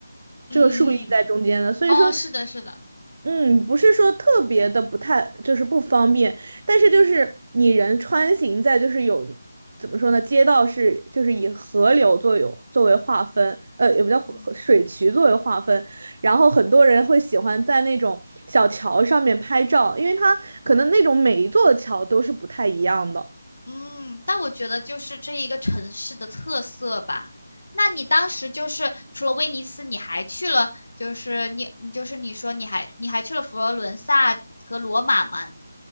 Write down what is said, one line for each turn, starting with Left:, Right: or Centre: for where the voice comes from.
Left: 嗯，
Right: 这个竖立在中间的，所以说。
Left: 哦，是的，是的。
Right: 嗯，不是说特别的不太，就是不方便，但是就是你人穿行在就是有怎么说呢，街道是就是以河流作有作为划分，呃，也不叫河河水渠作为划分，
Left: 嗯。
Right: 然后很多人会喜欢在那种小桥上面拍照，因为它可能那种每一座桥都是不太一样的。
Left: 嗯，但我觉得就是这一个城市的特色吧。那你当时就是除了威尼斯，你还去了，就是你，你就是你说你还你还去了佛罗伦萨和罗马吗？